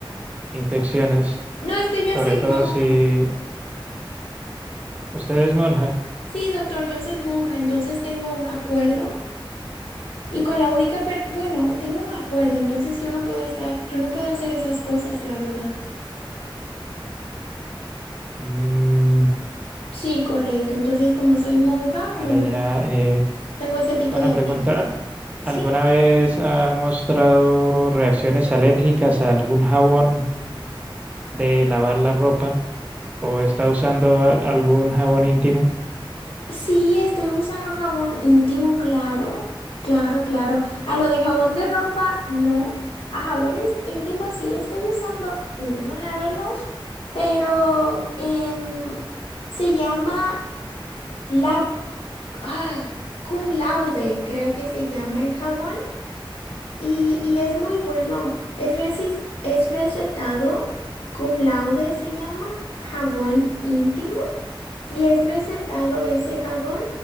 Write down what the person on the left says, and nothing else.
No, es que yo
soy
monja.
Sí, doctor, yo soy monja, entonces tengo un acuerdo. Y con la única, per- bueno, tengo un acuerdo, entonces yo no puedo estar, yo no puedo hacer esas cosas, la verdad.
Sí, correcto. Entonces, como soy monja,
no
tengo ese tipo
de actividad.
Sí,
sí, estoy usando jabón íntimo, claro, claro, claro. A lo de jabón de ropa, no. A jabones íntimos sí estoy usando uno, la verdad. Pero em, se llama Lab, ah, Cum Laude, creo que se llama el jabón. Y, y es muy bueno. Es, resis- es recetado cum laude, se llama jabón íntimo. Y es recetado ese jabón